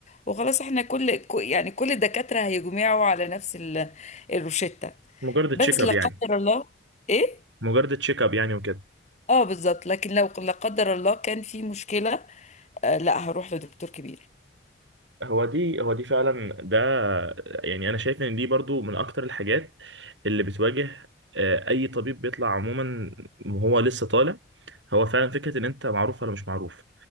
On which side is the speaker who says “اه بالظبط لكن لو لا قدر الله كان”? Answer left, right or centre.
Left